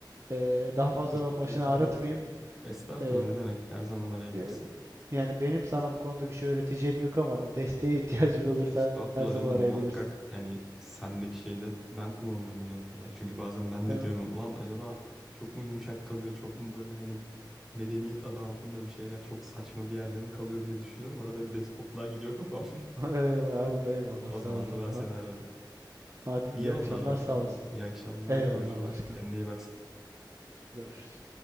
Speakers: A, on the right; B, in the centre.
A: Ee, daha fazla
B: E, İşin
A: ben
B: ehliyse
A: başını
B: ne
A: ağrıtmayayım.
B: mutlu. Estağfurullah
A: Ee,
B: ne demek? Her zaman arayabilirsin.
A: de- yani benim sana bu konuda bir şey öğreteceğim yok ama desteğe <laughs> ihtiyacın olursa
B: Estağfurullah
A: her zaman
B: canım
A: arayabilirsin.
B: muhakkak yani sendeki şeyde ben kullanırım bir noktada. Çünkü bazen ben de
A: Eyvallah,
B: diyorum ulan acaba çok mu yumuşak kalıyor çok mu böyle hani medeniyet adı altında bir şeyler çok saçma bir yerde mi kalıyor diye düşünüyorum. Arada bir despotluğa gidiyor kafam.
A: <laughs> eyvallah, eyvallah,
B: O
A: sağ
B: zaman
A: olasın.
B: da ben
A: Ha.
B: seni ararım.
A: Hadi
B: İyi
A: iyi
B: oldu
A: akşamlar
B: aramış
A: sağ
B: olman.
A: olasın.
B: İyi akşamlar.
A: Eyvallah
B: Görüşürüz.
A: başkanım.
B: Kendine iyi bak.
A: Görüşürüz.